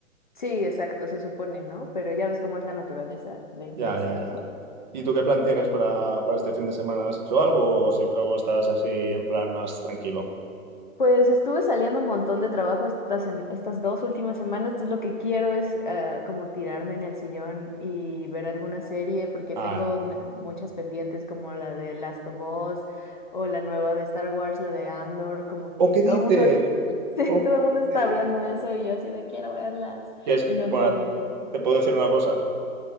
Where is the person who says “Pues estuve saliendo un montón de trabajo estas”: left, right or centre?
Left